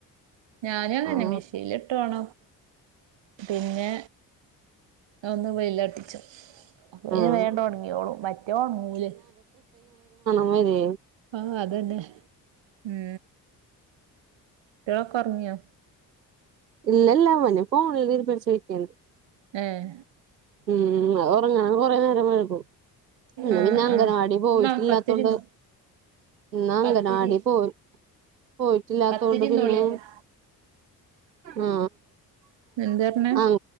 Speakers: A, on the right (about 60°); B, on the right (about 85°).
A: ഞാനും ങ്ങനെന്നെ
B: ആഹ്
A: മിഷീല് ഇട്ടു ഒണ പിന്നെ ഒന്ന് വെയിലാട്ടിച്ചു അപ്പൊ
B: ആഹ്
A: ഇന് വേ ണ്ട് ഉണങ്ങിയോളു മറ്റോണങ്ങൂലേ
B: അതെ
A: ആഹ് അതന്നെ ഉം കുട്ടിളൊക്ക ഒർങ്ങിയാ
B: ഇല്ലല്ല മഞ്ഞ ഫോണിൽ ഇ പിച്ചോക്കത്
A: ഏഹ്
B: ഉം അത് ഒറങ്ങനും കൊറെ നേര വഴക്കും ഉന്ന്
A: ആഹ്
B: പിന്നെ അംഗൻവാടി
A: ആഹ്
B: പോയിട്ടില്ലാത്തോണ്ട്
A: ഉമ്മാ പത്തിരിന്നോ
B: ന്ന
A: പത്തിരി
B: അംഗനവാടി പോ പോയിട്ടില്ലാത്ത
A: പത്തിരിന്നോളി
B: കൊണ്ട് പിന്നെ
A: പറ
B: ആ
A: എന്താ പറഞ്ഞെ
B: അം